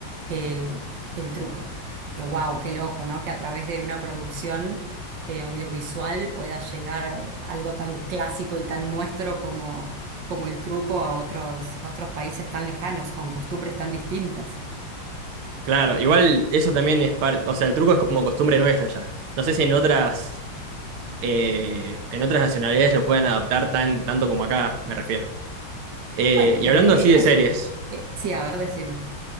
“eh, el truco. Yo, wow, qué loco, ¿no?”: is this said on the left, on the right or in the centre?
Right